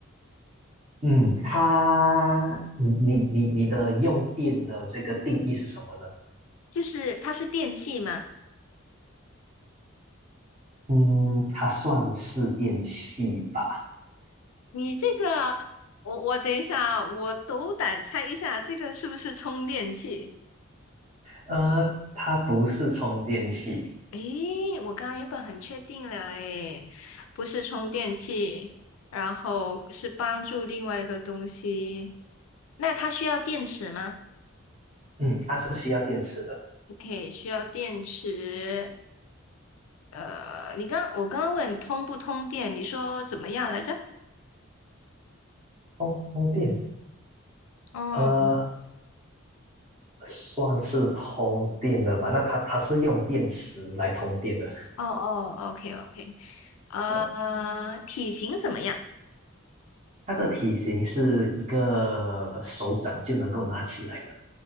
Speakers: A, on the right; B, on the left.
A: 嗯，它，你你你你的用电的这个定义是什么呢？
B: 就是它是电器吗？
A: 嗯，它算是电器吧？
B: 你这个，我我等一下，我斗胆猜一下，这个是不是充电器？
A: 呃，它不是充电器，
B: 诶，我刚刚原本很确定了，诶，不是充电器，然后是帮助另外一个东西。那它需要电池吗
A: 嗯，它是需要电池的。
B: ？OK，需要电池。呃，你刚我刚刚问通不通电，你说怎么样来着？
A: 通通电，
B: 哦。
A: 呃，算是通电的吧？那它它是用电池来通电的，
B: 哦哦，OK OK，呃，
A: 嗯，
B: 体型怎么样？
A: 它的体型是一个手掌就能够拿起来的。